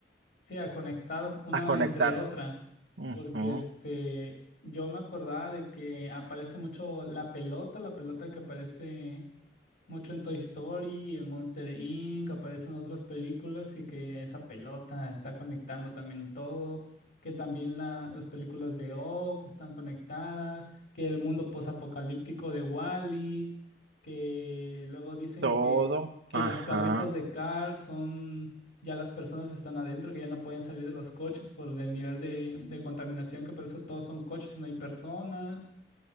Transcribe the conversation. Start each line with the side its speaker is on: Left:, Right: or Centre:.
Left: Sí, a conectar una
Right: a conectar.
Left: entre otra,
Right: Ujú,
Left: porque este, yo me acordaba de que aparece mucho la pelota, la pelota que aparece mucho en Toy Story, en Monster Inc., aparecen otras películas y que esa pelota está conectando también todo, que también la- las películas de Up están conectadas, que el mundo posapocalíptico de Wall-E, que luego dicen
Right: todo,
Left: que, que
Right: ajá.
Left: los carritos de Cars son, ya las personas están adentro, que ya no pueden salir de los coches por el nivel de, de contaminación, que por eso todos son coches y no hay personas.